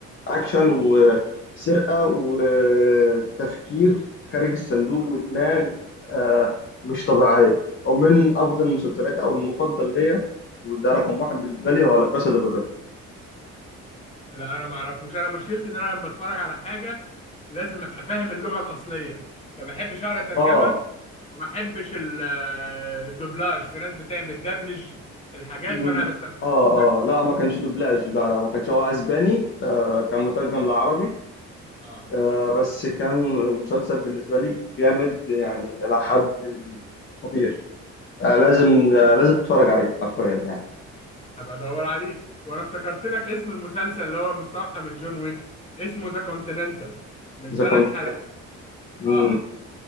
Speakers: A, on the left; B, on the left.
A: أكشن وسرقة وتفكير خارج الصندوق ودماغ آه، مش طبيعية أو من أفضل المسلسلات أو المفضل ليا وده رقم واحد بالنسبة لي هو لا كاسا دي بابيل
B: لا انا ما اعرفوش انا مشكلتي ان انا لما بتفرج على حاجه لازم ابقى فاهم اللغه الاصليه ما بحبش اقرا ترجمه
A: آه
B: وما بحبش ال- آه، الدوبلاج في ناس بتعمل بتدبلج الحاجات
A: ل-
B: فانا بستمتع
A: اه
B: بالحاجات.
A: اه لا ما كانش دوبلاج لا لا ما كانش هو اسباني آه كان مترجم لعربي
B: اه
A: آه بس كان مسلسل بالنسبة لي جامد يعني إلى حد خطير آه لازم آه لازم تتفرج عليه حرفيا يعني
B: هبقى ادور عليه وانا افتكرت لك اسم المسلسل اللي هو مستوحى من جون ويك اسمه ذا كونتيننتال من
A: إذا
B: ثلاث
A: كنت
B: حلقات
A: مم.
B: اه